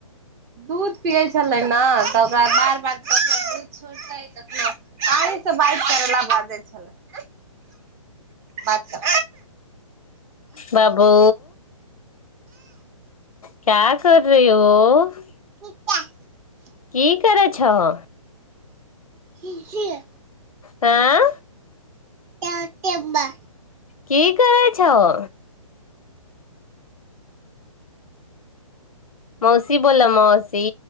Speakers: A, on the right; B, on the left.
A: दूध पियै छलै न तऽ ओकरा बार बार कखनो दूध छोड़तै कखनो अहीं सँ बात करै ला बाजय छलाह बात कर
B: बाबू क्या कर रही हो <inaudible>
A: <inaudible>
B: की करै छहो
A: ठीक छिय
B: आँय
A: त केबा <inaudible>
B: की करै छहो मौसी बोललय मौसी